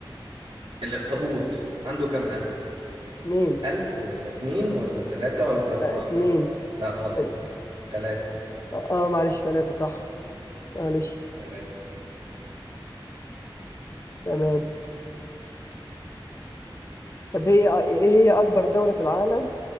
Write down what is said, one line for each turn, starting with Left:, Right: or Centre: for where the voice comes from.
Right: الأخطبوط عنده كام قلب؟
Left: اتنين
Right: قلب ولا اتنين ولا تلاتة ولا أربعة؟
Left: آه، اتنين
Right: لا غلط
Left: اه
Right: تلاتة
Left: اه، معلش تلاتة صح معلش
Right: تلاتة
Left: تمام طب هي ايه هي أكبر دولة في العالم